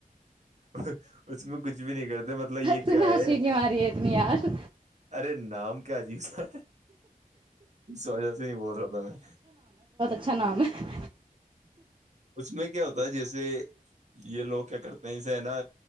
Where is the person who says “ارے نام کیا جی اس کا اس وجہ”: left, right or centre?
Right